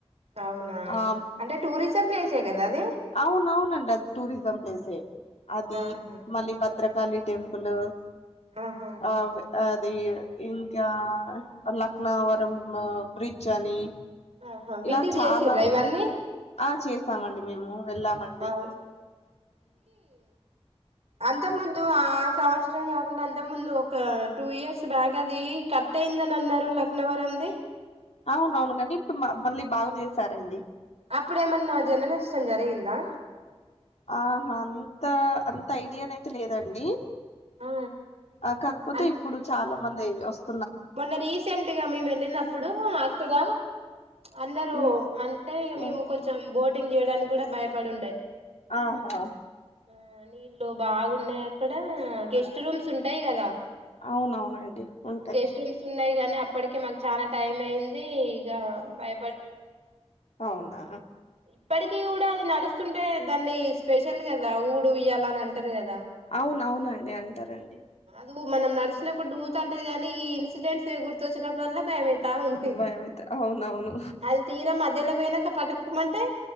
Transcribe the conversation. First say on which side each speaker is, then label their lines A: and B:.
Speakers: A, on the right; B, on the left.
A: అవునా
B: ఆ
A: అంటే టూరిజం ప్లేసే కదా అది
B: అవును అవునండి అది టూరిజం ప్లేసే అది
A: ఆహా
B: మళ్ళీ భద్రకాళి టెంపుల్
A: ఆహా
B: ఆ అది ఇంకా లక్నవరం బ్రిడ్జ్ అని
A: ఆహా
B: ఇలా
A: విజిట్
B: చాలా
A: చేసిర్రా
B: ఉన్నాయండి
A: ఇవన్నీ
B: ఆ చేస్తామండి మేము వెళ్ళామండి
A: అవు అంతకుముందు సంవత్సరం కాకుండా అంత ముందు ఒక టూ ఇయర్స్ బ్యాక్ అది కట్ అయిందని అన్నారు లక్నవరంది
B: అవునవును గానీ ఇప్పుడు మళ్ళీ బాగు చేసారండి
A: అప్పుడ ఏమన్నా జన నష్టం జరిగిందా
B: ఆహా అంత అంత ఐడియానైతే లేదండి
A: ఆ
B: ఆ కాకపోతే
A: అన్
B: ఇప్పుడు చాలా మంది వస్త
A: మొన్న రీసెంట్గా మేము వెళ్ళినప్పుడు అక్కడ అన్నారు
B: ఉమ్
A: అంటే ఇక
B: ఉమ్
A: మేము కొంచెం బోటింగ్ చేయడానికి కూడా భయపడుండే
B: ఆహా
A: ఆ నీళ్లు బాగున్నాయి అక్కడ గెస్ట్ రూమ్స్ ఉంటాయి కదా
B: అవునవునండి ఉంటాయి
A: ఆ గెస్ట్ ఉన్నాయి కానీ అప్పటిక మాకు చాలా టైమ్ అయింది ఇగ బయ
B: అవునా
A: ఇప్పటికి కూడా అది నడుస్తుంటే దాన్నీ స్పెషల్ కదా ఊడు ఇయ్యాల అని అంటారు కదా
B: అవును అవునండి అంటారండి
A: నువ్వు మనం నడిచినప్పు ఊతుంటది కానీ ఈ ఇన్సిడెంట్స్ గుర్తొచ్చినప్పుడల్ల భయమైతది ఆ అంతే
B: భయమైతే అవునవును
A: అది తీరం మధ్యలో పోయినాక పటుకుమంటే